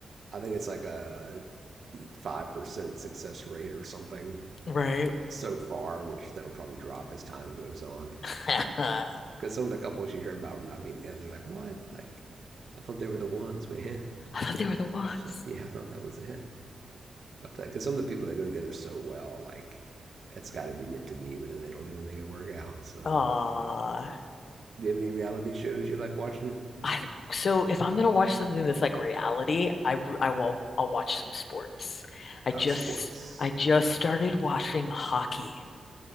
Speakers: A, on the right; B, on the left.
A: I think it's like a 5% success rate or something
B: right.
A: so far, which that'll probably drop as time goes on.
B: <laughs> I
A: Because some of the couples you hear about them not being together, you're like, what? Like, I thought they were the ones, man.
B: thought they were the ones.
A: So, yeah, I thought that was it. But because uh, some of the people they go together so well, like it's got to be meant to be, but then they don't even make it work out. So,
B: Aw.
A: do you have any reality shows you like watching?
B: I, so if I'm gonna watch something that's like reality, I I r- I will I'll watch some sports. I
A: Oh,
B: just
A: sports.
B: I just started watching hockey.